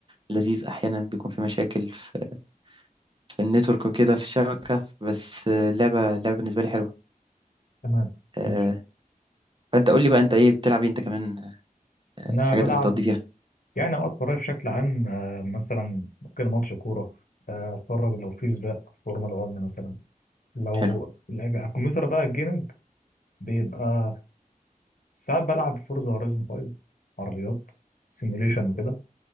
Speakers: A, on the right; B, on the left.
A: لذيذ احيانا بيكون في مشاكل في, في النتورك وكده في الشبكه بس آه، لعبه لعبه بالنسبه لي حلوه
B: تمام
A: آه،
B: ماشي
A: فانت قول لي بقى انت ايه بتلعب ايه انت كمان آه،
B: انا
A: الحاجات
B: بلعب
A: اللي بتقضي فيها
B: يعني اوقات فراغي بشكل عام آه، مثلا ممكن ماتش كوره آه، اتفرج لو في سباق فورمولا 1 مثلا لو
A: حلو
B: الأج- على الكمبيوتر بقى الجيمنج بيبقى ساعات بلعب فورزا هورايزون 5 عربيات سيميوليشن وكده